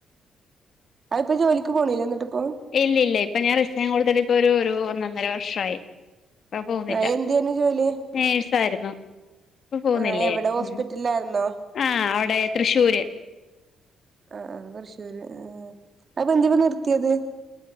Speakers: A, on the right; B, on the left.
A: അഹ് പോ ജോലിക്ക് പോണില്ലേ എന്നിട്ട് പ്പോ
B: ഇല്ല ഇല്ല ഇപ്പൊ ഞാൻ റിസയ്ൻ കൊടുത്തിട്ട് ഇപ്പൊ ഒരു ഒരു ഒന്ന ഒന്നര വർഷമായി ഇപ്പ പോവുന്നില്ല
A: ആ എന്തെയ്നു ജോലി
B: നേഴ്സായിരുന്നു ഇപ്പൊ പോകുന്നില്ലേ
A: ആ എവിടെ ഹോസ്പിറ്റലിലായിരുന്നോ
B: ഉം ആ അവിടെ തൃശ്ശൂര്
A: ആ തൃശ്ശൂര് ആ അത് ഇപ്പൊ എന്തിനാ നിർത്തിയത്